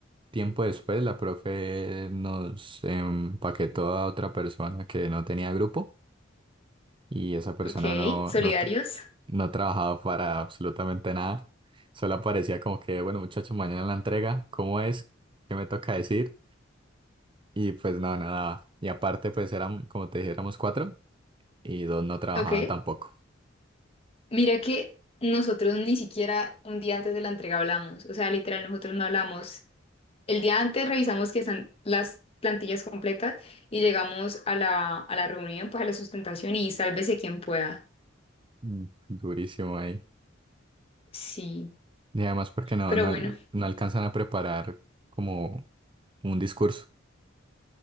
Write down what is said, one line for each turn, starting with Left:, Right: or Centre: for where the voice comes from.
Right: tiempo después, la profe nos empaquetó a otra persona que no tenía grupo y esa persona
Left: Ok,
Right: no,
Left: solidarios,
Right: no, tra- no trabajaba para absolutamente nada. Solo aparecía como que, bueno, muchachos, mañana la entrega, ¿cómo es? ¿Qué me toca decir? Y pues no, nada. Y aparte, pues eran, como te dije, éramos cuatro y dos no trabajaban
Left: ok.
Right: tampoco.
Left: Mira que nosotros ni siquiera un día antes de la entrega hablamos, o sea, literal, nosotros no hablamos. El día antes revisamos que están las plantillas completas y llegamos a la, a la reunión, pues a la sustentación y sálvese quien pueda.
Right: Mm, Durísimo ahí.
Left: Sí,
Right: Y además porque no,
Left: pero
Right: no,
Left: bueno,
Right: al- no alcanzan a preparar como un discurso.